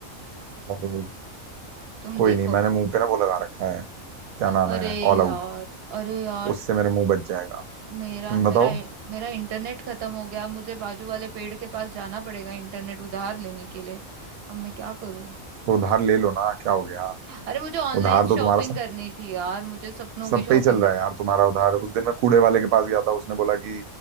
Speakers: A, on the right; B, on the right.
A: और
B: तुम
A: कोई
B: देखो
A: नहीं मैंने मुंह पे ना वो लगा रखा है क्या नाम
B: अरे
A: है ऑल
B: यार
A: आउट
B: अरे यार
A: उससे मेरे मुंह बच जाएगा
B: मेरा
A: हम्म, बताओ
B: मेरा मेरा इंटरनेट खत्म हो गया मुझे बाजू वाले पेड़ के पास जाना पड़ेगा इंटरनेट उधार लेने के लिए अब मैं क्या करूं
A: तो उधार ले लो ना क्या हो गया
B: अरे मुझे ऑनलाइन
A: उधार तो
B: शॉपिंग
A: तुम्हारा सब
B: करनी थी यार मुझे सपनों
A: सब
B: की शॉपिंग
A: पे ही चल
B: करनी
A: रहा है यार तुम्हारा उधार उस दिन मैं कूड़े वाले के पास गया था उसने बोला कि